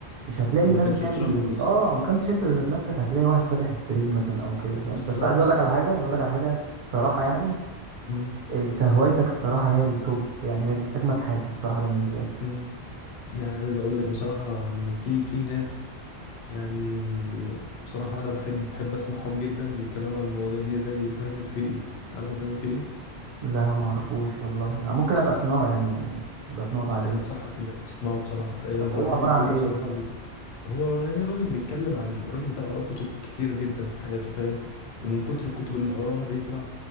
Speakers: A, on the right; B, on the left.
A: مش هتلاقي
B: ما
A: الناس
B: كانش
A: بتعمل
B: اتشهر اصلا
A: اه ما كنتش انت ذات نفسك هتلاقي واحد فاتح ستريم مثلا او كده فاهم
B: بالظبط
A: بس عايز اقول لك على حاجه اقول لك على حاجه صراحه يعني
B: مم.
A: انت هوايتك الصراحه هي التوب يعني هي اجمد حاجه الصراحه بالنسبه لي
B: مم. يعني عايز اقول لك بصراحة ان في في ناس يعني بصراحة انا بحب بحب اسمعهم جدا بيتكلموا عن المواضيع دي زي ابراهيم الفقي تعرف ابراهيم الفقي؟
A: لا ما اعرفوش والله ممكن ابقى اسمعه يعني يعني ابقى اسمعه بعدين
B: يعني انصحك انك تسمعه بصراحة آه،
A: طب
B: ابراهيم
A: هو عبارة
B: الفقي
A: عن إيه؟
B: بصراحة هو يعني راجل بيتكلم عن الراجل ده قرا كتب كتير جدا في حياته فاهم ومن كتر الكتب اللي قراها بيطلع